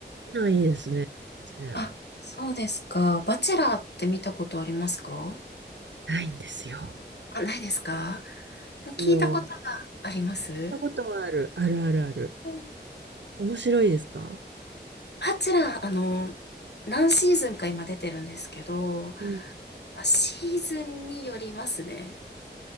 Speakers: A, on the right (about 80°); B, on the left (about 65°).
A: う。いないですね。全然
B: あ、そうですか。バチェラーって見たことありますか
A: ないんですよ。
B: あ、ないですか
A: ですよ。
B: でも聞いたことがあります
A: 行ったことはある。あるあるある。
B: うん
A: 面白いですか
B: あちら、あの、何シーズンか今出てるんですけど、
A: うん。
B: あシーズンによりますね。